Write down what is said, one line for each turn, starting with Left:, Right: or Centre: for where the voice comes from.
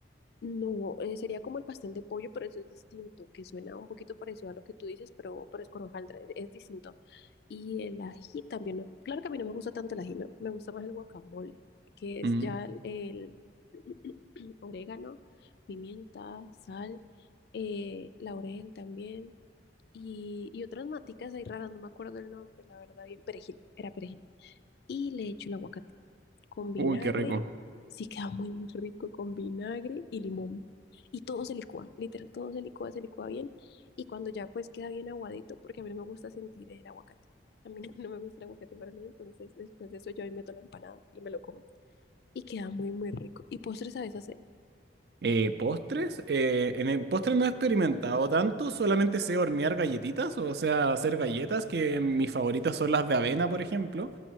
Left: No, eh, sería como el pastel de pollo, pero eso es distinto, que suena un poquito parecido a lo que tú dices, pero, pero es con hojaldre, es, es distinto. Y el ají también, no- claro que a mí no me gusta tanto el ají, no, me gusta más el guacamole, que es
Right: Mm.
Left: ya el, el <clears throat> orégano, pimienta, sal, eh, laurel también, y, y otras maticas ahí raras, no me acuerdo el nombre, la verdad, bien, perejil, era perejil. Y le echo el aguacate con vinagre,
Right: Uy, qué rico.
Left: sí queda muy, muy rico con vinagre y limón. Y todo se licúa, literal, todo se licúa, se licúa bien. Y cuando ya pues queda bien aguadito, porque a mí no me gusta sentir el aguacate. A mí <laughs> no, no me gusta el aguacate para nada, entonces después de eso yo ahí meto la empanada y me lo como. Y queda muy, muy rico. ¿Y postre sabes hacer?
Right: Eh, postres, eh, en el postre no he experimentado
Left: <clears throat>
Right: tanto, solamente sé hornear galletitas, o sea, hacer galletas, que mis favoritas son las de avena, por ejemplo,